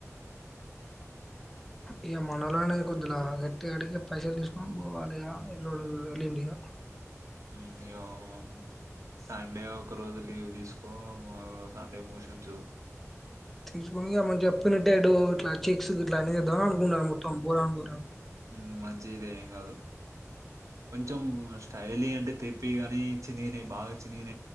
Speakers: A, in the centre; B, on the right (about 70°).
A: ఇగ మనోలనే ద్దులా గట్టి అడిగా పైసలు తీసుకొని పోవాలి ఇగా వెలింటిగా
B: <unintelligible> సండే ఒక రోజు లీవ్ తీసుకో సండే మోషన్స్
A: తీసుకుని <unintelligible> చెప్పినట్టేటు ఇట్లా పిక్స్ గిట్ల అని చేదమ <unintelligible> మత్తం బరను బర
B: హ్మ్. మంచిదే ఏం కాదు కొంచెం స్టైల్ పెళ్లి అంటే తెప్పిగాని చినినయి బాగా చినిన